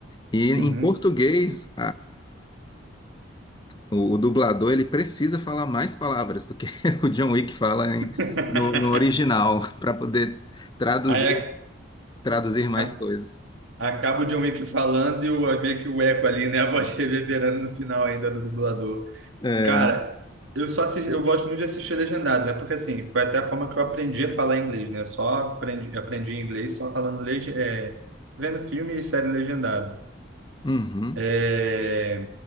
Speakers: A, on the left; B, on the right.
A: E em
B: uhum.
A: português, o, o dublador ele precisa falar mais palavras do que <laughs> o John Wick fala em-
B: <laughs>
A: no, no original <laughs> para poder traduzir
B: Aí ac-
A: traduzir mais
B: a-
A: coisas.
B: acaba o John Wick falando e o, meio que o eco ali, né? A voz <laughs> reverberando no final ainda do dublador.
A: É,
B: Cara, eu só assisti, eu gosto muito de assistir legendado, né? Porque assim, foi até a forma que eu aprendi a falar inglês, né? Só aprendi, aprendi inglês só falando lege, é, vendo filme e série legendado.
A: uhum,
B: É,